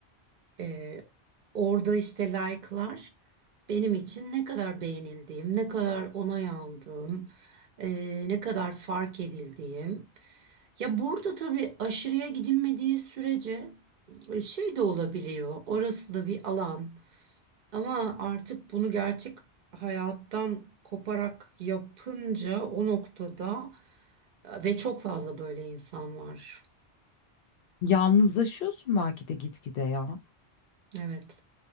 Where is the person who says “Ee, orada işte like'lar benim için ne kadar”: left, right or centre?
Right